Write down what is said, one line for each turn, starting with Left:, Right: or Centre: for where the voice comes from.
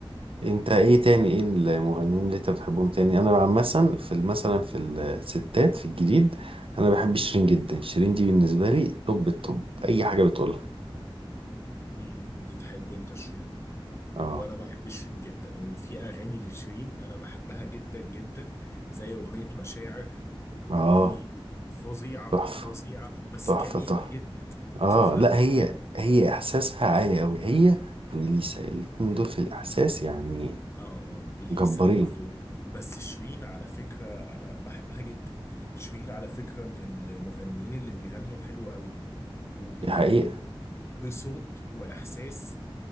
Right: انت ايه تاني ايه المغنيين اللي انت بتحبهم تاني انا عامه في ال- مثلا في الستات في الجديد انا بحب شيرين جدا شيرين دي بالنسبه لي توب التوب اي حاجه بتقولها
Left: امم بتحب انت شيرين
Right: اه
Left: وانا بحب شيرين جدا وفي اغاني لشيرين انا بحبها جدا جدا زي اغنيه مشاعر
Right: اه
Left: دي فظيعة
Right: تحفه
Left: فظيعة بس
Right: تحفه
Left: كئيبة
Right: تحفه
Left: جدا يعني
Right: اه
Left: تشوفها
Right: لا
Left: ت- ت-
Right: هي هي احساسها عالي قوي هي واليسا الاتنين دول في الاحساس يعني
Left: اه اليسا
Right: جبارين
Left: برضو بس شيرين على فكرة انا بحبها جدا شيرين على فكرة من المغنيين اللي بيغنوا حلو قوي وبي
Right: دي حقيقه
Left: بي بصوت واحساس